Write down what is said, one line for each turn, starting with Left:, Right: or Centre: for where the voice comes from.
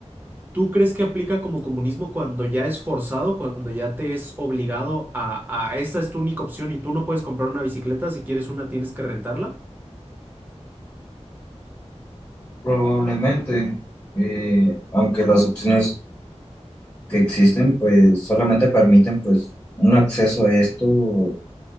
Right: ¿Tú crees que aplica como comunismo cuando ya es forzado, cuando ya te es obligado a, a esta es tu única opción y tú no puedes comprar una bicicleta, si quieres una tienes que rentarla?
Left: Probablemente, eh, aunque las opciones que existen, pues solamente permiten pues un acceso a esto,